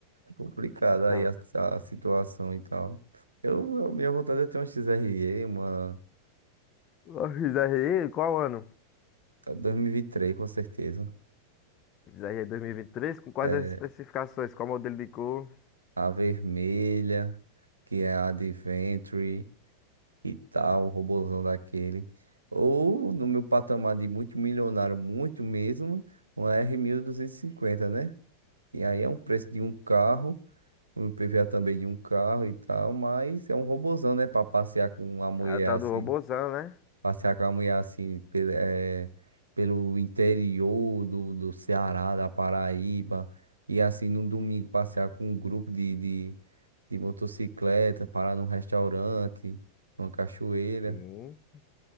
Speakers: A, on the right (about 80°); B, on the left (about 35°).
A: complicada
B: Então.
A: aí a, a situação e tal. Eu, eu- minha vontade é ter uma XRE, uma
B: A XRE, qual ano?
A: 2023, com certeza.
B: XRE 2023, com quais
A: É,
B: as especificações? Qual modelo de cor?
A: A vermelha, que é a Adventure e tal, o robozão daquele. Ou no meu patamar de muito milionário, muito mesmo, uma r mil duzentos e cinquenta né? E aí é um preço de um carro, um IPVA também de um carro e tal, mas é um robozão, né? Pra passear com uma mulher
B: É A tal
A: assim.
B: do robozão, né?
A: Passear com a mulher assim, pelo, eh, pelo interior do, do Ceará, da Paraíba. E assim, no domingo, passear com um grupo de, de, de motocicleta, parar num restaurante, numa cachoeira
B: Sim.